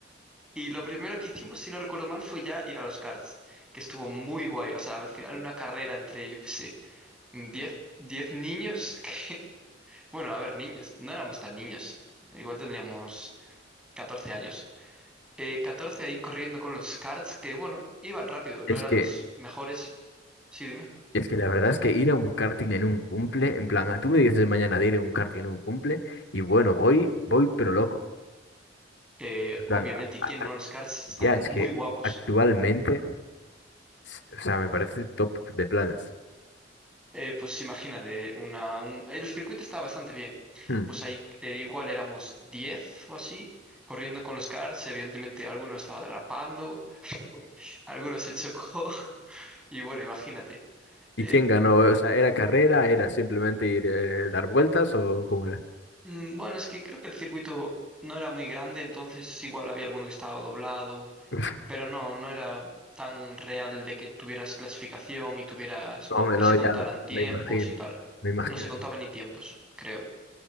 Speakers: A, in the centre; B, on the left.
A: Y lo primero que hicimos, si no recuerdo mal, fue ya ir a los karts, que estuvo muy guay. O sea, al final una carrera entre, yo qué sé, diez diez niños que, <laughs> bueno, a ver, niños, no éramos tan niños, igual tendríamos 14 años. Eh, 14 ahí corriendo con los karts que, bueno, iban rápido, no
B: Es
A: eran
B: que,
A: los mejores. Sí, dime.
B: es que la verdad es que ir a un karting en un cumple, en plan, ah, tú me dices mañana de ir a un karting en un cumple y bueno, voy, voy pero loco.
A: Eh,
B: En plan,
A: obviamente, ¿y
B: a-
A: quién
B: a-
A: no? Los karts están
B: ya es
A: muy
B: que
A: guapos.
B: actualmente, s- o sea, me parece top de planes.
A: Eh, pues imagínate, una, un- el circuito está bastante bien.
B: Hmm.
A: Pues ahí eh, igual éramos 10 o así, corriendo con los cars. Evidentemente, alguno estaba derrapando, <laughs> alguno se chocó. <laughs> Y bueno, imagínate. Eh,
B: ¿Y quién ganó? O sea, ¿era carrera? ¿Era simplemente ir eh, dar vueltas o cómo era?
A: mm, bueno, es que creo que el circuito no era muy grande, entonces igual había alguno que estaba doblado,
B: <laughs>
A: pero no, no era tan real de que tuvieras clasificación y tuvieras, bueno,
B: No, me-
A: que
B: no,
A: se contaran
B: ya no,
A: tiempos
B: me imagino,
A: y tal.
B: me imagino.
A: No se contaba ni tiempos, creo.